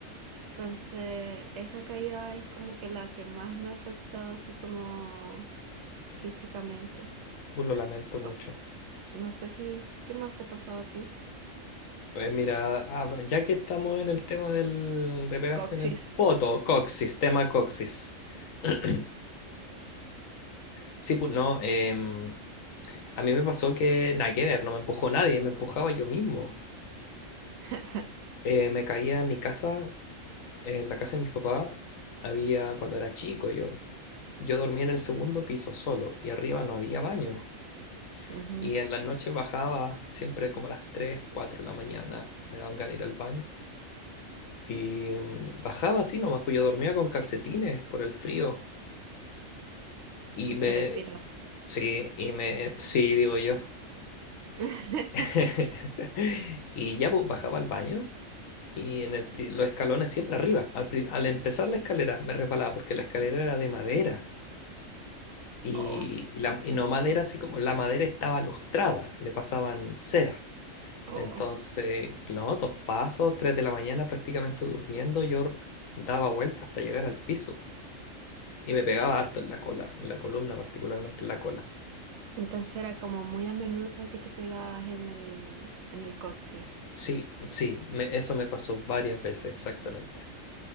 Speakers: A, on the right (about 65°); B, on the left (about 85°).
A: Entonces, esa caída es como que la que más me ha afectado así como físicamente.
B: Uh, lo lamento mucho.
A: Como- No sé si, ¿qué más te ha pasado a ti?
B: Pues mira, hab- ya que estamos en el tema del, de pegarte
A: Coxis.
B: en el poto, coxis, tema coxis. <clears throat> Sí, pues no. em, A mí me pasó que nada que ver, no me empujó nadie, me empujaba yo mismo.
A: <laughs>
B: Eh, me caía en mi casa, en la casa de mis papás, había cuando era chico yo. Yo dormía en el segundo piso solo y arriba no había baño.
A: Ujú,
B: Y en las noches bajaba siempre como a las 3, 4 de la mañana, me daban ganas de ir al baño. Y mm, bajaba así nomás, pues yo dormía con calcetines por el frío. Y me...
A: Pobrecito.
B: Sí, y me... Sí, digo yo.
A: <laughs>
B: <laughs> Y ya pues, bajaba al baño Y en el, pri- los escalones siempre arriba. Al, pri- al empezar la escalera me resbalaba porque la escalera era de madera. Y,
A: Oh,
B: y la, y no madera, así como la madera estaba lustrada, le pasaban cera.
A: oh.
B: Entonces, no, dos pasos, tres de la mañana prácticamente durmiendo, yo daba vueltas hasta llegar al piso y me pegaba harto en la cola, en la columna, particularmente en la cola.
A: Entonces era como muy a menudo que te pegabas en el, en el coxis.
B: Sí, sí, me- eso me pasó varias veces, exactamente.